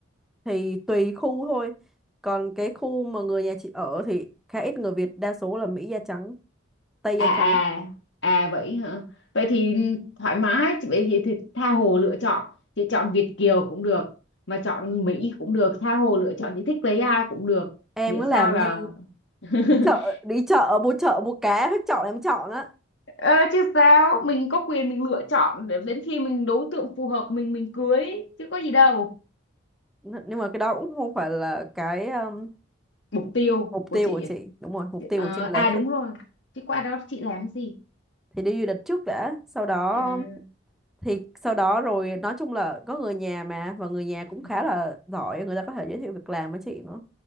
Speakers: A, in the centre; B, on the left.
A: thì tùy khu thôi còn cái khu mà người nhà chị ở thì khá ít người Việt đa số là Mỹ da trắng Tây
B: À
A: da
B: à,
A: trắng
B: à vậy hả? Vậy thì thoải mái, chị vậy thì, thì tha hồ lựa chọn. Chị chọn Việt kiều cũng được, mà chọn Mỹ cũng được, tha hồ lựa chọn chị thích lấy ai cũng được,
A: em
B: miễn
A: nó
B: sao
A: làm
B: là
A: như
B: <laughs>
A: chợ đi chợ mua chợ mua cá hết chọn em chọn á
B: Ờ, chứ sao mình có quyền mình lựa chọn để đến khi mình đối tượng phù hợp mình mình cưới chứ có gì đâu
A: N- nhưng mà cái đó cũng không phải là cái um,
B: mục tiêu
A: mục
B: của
A: tiêu
B: chị
A: của chị
B: à
A: đúng rồi mục
B: Chị-
A: tiêu
B: ờ,
A: của chị là
B: à đúng rồi chứ qua đó chị làm gì
A: thì đi du lịch trước đã sau đó
B: à
A: thì sau đó rồi nói chung là có người nhà mà và người nhà cũng
B: ừ.
A: khá là giỏi người ta có thể giới thiệu việc làm với chị nữa